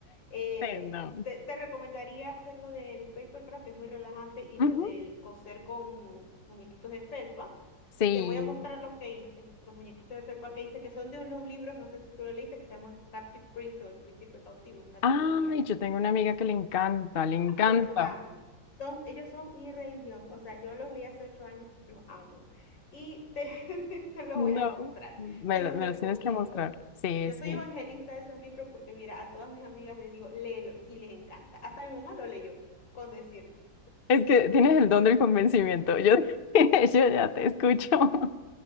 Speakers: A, on the left; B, on the left.
A: Eh,
B: Sí, no.
A: te, te recomendaría hacer lo del papercraft, que es muy relajante, y lo
B: Ujú.
A: del coser con muñequitos de felpa.
B: Sí.
A: Te voy a mostrar los que hice, los muñequitos de felpa que hice, que son de unos libros, no sé si tú lo leíste, que se llaman Captive Prince o El Príncipe Cautivo, es una
B: Ay,
A: trilogía
B: yo tengo una amiga que le encanta, le encanta.
A: yo los amo. Son, ellos son mi religión. O sea, yo los leí hace ocho años, los amo. Y te, <laughs> te los
B: No.
A: voy a mostrar,
B: Me
A: te los
B: lo, me
A: recomiendo.
B: los tienes que mostrar. Sí,
A: Yo
B: sí.
A: soy evangelista de esos libros porque, mira, a todas mis amigas les digo, léelo y les encanta. Hasta mi mamá lo leyó, con decirte.
B: Es que tienes el don del convencimiento. Yo, <laughs> yo ya te escucho. <laughs>